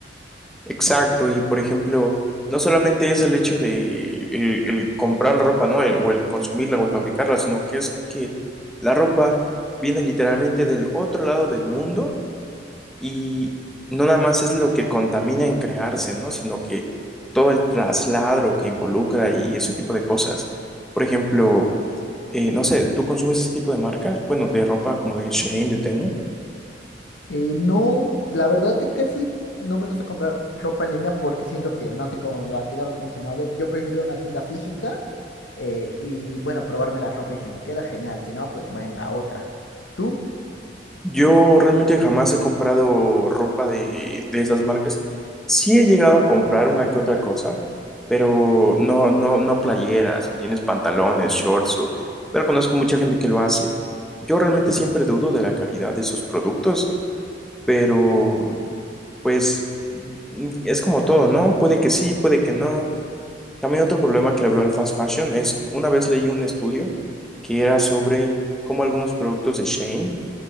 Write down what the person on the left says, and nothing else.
Eh, no, la verdad es que sí, no me gusta comprar ropa en línea porque siento que no sé cómo me va a quedar, cómo se me va a ver. Yo prefiero una tienda física eh, y bueno, probarme la ropa y si me queda genial, si no, pues venga otra. ¿Tú?